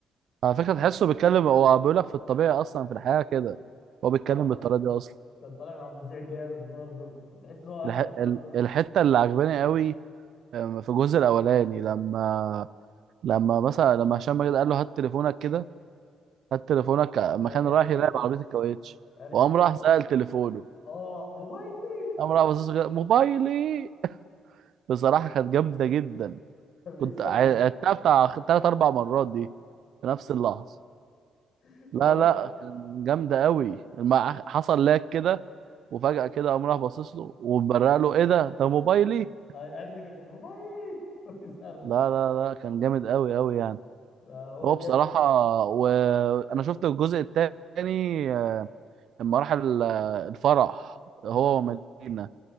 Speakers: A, on the right (about 70°); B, on the left (about 60°).
A: على فكرة تحسه بيتكلم هو بيقول لك في الطبيعة أصلا في الحياة كده هو بيتكلم
B: اه
A: بالطريقة دي أصلا
B: كان طالع مع مذيع جامد برضه تحس ان هو اهبل
A: الح...
B: اصلا
A: ال- الحتة اللي عجباني قوي أم، في الجزء الأولاني لما لما مثلا لما هشام ماجد قال له هات تليفونك كده هات تليفونك لما
B: انا
A: كان
B: الحته
A: رايح يراقب
B: دي
A: عربية الكاوتش
B: انا
A: وقام
B: الحته
A: راح
B: دي
A: سأل تليفونه
B: اه موبايلي
A: قام راح بص كده، موبايلي <laughs> بصراحة كانت جامدة جدا
B: <laughs> كان
A: كنت
B: بيسال
A: عدتها بتاع خ- تلات أربع مرات دي في نفس اللحظة
B: <laughs>
A: لا
B: فراح
A: لا كان جامدة قوي ما حصل لاك كده وفجأة كده قام راح باصص له وبرق له ايه ده ده موبايلي
B: ايوه الحته دي كانت جا- موبايلي <laughs> يسر
A: لا لا لا كان جامد قوي قوي يعني
B: ده هو
A: هو
B: جامد
A: بصراحة وانا شفت الجزء التاني آه، لما راح ال- آه، الفرح هو
B: انت ف...
A: ومدينة